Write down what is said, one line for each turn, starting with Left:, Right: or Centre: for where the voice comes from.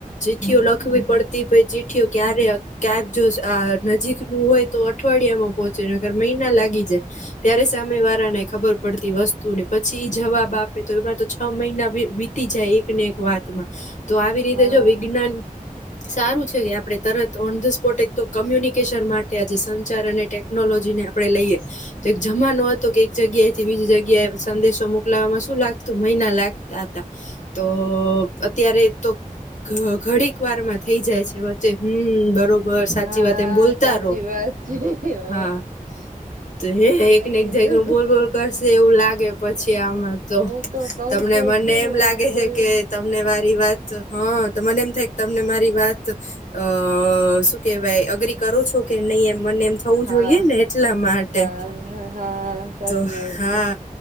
Left: ચિઠ્ઠીઓ લખવી પડતી પહી ચિઠ્ઠીઓ ક્યારેક ક્યાંક જોસ્ આ ન નજીકનું હોય તો અઠવાડિયામાં પહોંચે નકર મહિના લાગી જાય ત્યારે સામેવારાનેય ખબર પડ તી વસ્તુની પછી એ જવાબ આપે તો એમાં તો છ મહિના વીતી જાય એકને એક વાતમાં તો આવી રીતે
Right: હા
Left: જો વિજ્ઞાન સારું છે કે આપણે તરત ઓન ધ સ્પોટ એક તો કમ્યુની કેશન માટે આજ સંચાર અને ટેક્નોલોજીને આપણે લઈએ તો એક જમાનો હતો કે, એક જગ્યાએ થી બીજી જગ્યાએ સંદેશો મોકલાવામાં શું લાગતું મહિના લાગતા હતા. તો અત્યારે તો ઘઘડીકવારમાં થઈ જાય છે વચ્ચે હમ્મ બરોબર સાચી
Right: હા
Left: વાત. તેમ બોલતા
Right: સાચી
Left: રો
Right: વાત છે હ
Left: હા તો હે.. !
Right: મેં
Left: એકને
Right: કીધું
Left: એક <unintelligible> હું બોલ બોલ કરશે એવું લાગે પછી આમાં તો
Right: હું કઉ
Left: તમને
Right: તો
Left: મને
Right: છું
Left: એમ લાગે
Right: બોલ
Left: છે કે, તમને મારી વાત હ તો મને એમ થાય તમને મારી વાત અ શું કહેવાય અગ્રી કરો છો કે નહી? એમ મને એમ થવું
Right: હા
Left: જોઈએ ને એટલા માટે
Right: હા હા સાચી
Left: તો
Right: વાત
Left: હા
Right: છે